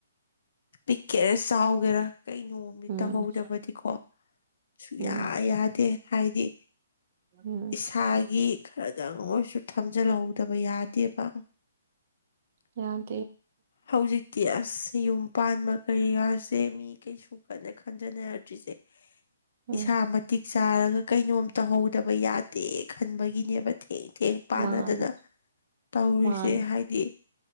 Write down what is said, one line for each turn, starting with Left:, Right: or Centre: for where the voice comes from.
Left: ꯄꯤꯛꯀꯦꯔ ꯆꯥꯎꯒꯦꯔ ꯀꯩꯩꯅꯣꯝꯗꯤ
Right: ꯎꯝ
Left: ꯇꯧꯍꯧꯗꯕꯗꯤꯀꯣ ꯁꯨꯛꯌꯥ
Right: ꯎꯝ
Left: ꯌꯥꯗꯦ ꯍꯥꯏꯗꯤ
Right: ꯎꯝ
Left: ꯏꯁꯥꯒꯤ ꯈ꯭ꯔꯗꯪ ꯑꯣꯏꯁꯨ ꯊꯝꯖꯤꯜꯍꯧꯗꯕ ꯌꯥꯗꯦꯕ
Right: ꯃꯌꯥꯝ
Left: ꯍꯧꯖꯤꯛꯇꯤ ꯑꯁ ꯌꯨꯝ ꯄꯥꯟꯕ ꯀꯩꯀꯥꯁꯦ ꯃꯤ ꯀꯩꯁꯨ ꯀꯟꯅ ꯈꯟꯖꯅꯔꯗ꯭ꯔꯤꯁꯦ
Right: ꯎꯝ
Left: ꯏꯁꯥ ꯃꯇꯤꯛ ꯆꯥꯔꯒ ꯀꯩꯅꯣꯝ ꯇꯧꯍꯧ ꯗꯕ ꯌꯥꯗꯦ ꯈꯟꯕꯒꯤꯅꯦꯕ ꯊꯦꯡ ꯊꯦꯡ ꯄꯥꯟꯅꯗꯅ
Right: ꯃꯥꯅꯦ
Left: ꯇꯧꯔꯤꯁꯦ
Right: ꯃꯥꯅꯦ
Left: ꯍꯥꯏꯗꯤ